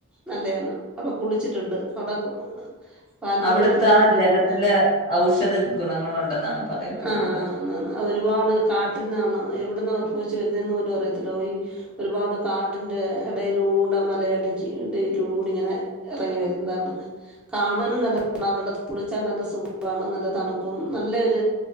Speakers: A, in the centre; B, on the left.
A: നല്ലയാണ് യടോ കുളിച്ചിട്ടുണ്ട് അതാ <unintelligible> <unintelligible>
B: അവിടുത്തെ
A: പോയി
B: ആ
A: കുളിക്കണം.
B: ജലത്തില് ഔഷധ ഗുണങ്ങളുണ്ടെന്നാണ് പറയപ്പെടുന്നത്
A: ആ ഒരുപാട് കാട്ടിന്നാണ് എവിട്ന്നാ ഉത്ഭവി <unintelligible> അറിയത്തില്ല ഓയി ഒരുപാട് കാടിന്റെ എടയിലൂടെ മലയിടക്കി ഇടയിലൂടെങ്ങനെ ഇറങ്ങി വരുന്നതാണ്. കാണാനും നല്ല <unintelligible> ആ വെള്ളത്തിൽ കുളിച്ചാൽ നല്ല സുഗാണ് നല്ല തണുപ്പും നല്ലൊർ